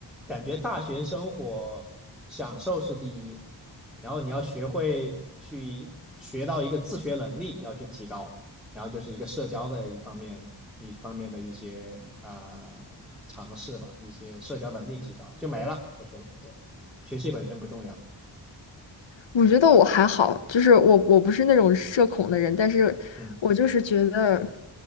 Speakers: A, in the centre; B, on the left.
A: 感觉大学生活享受是第一，然后你要学会去学到一个自学能力要去提高，然后就是一个社交的一方面一方面的一些啊、呃尝试吧，一些社交能力提高就没了，我觉得对，学习本身不重要，
B: 我觉得我还好，就是我我不是那种社恐的人，但是我就是觉得，
A: 嗯，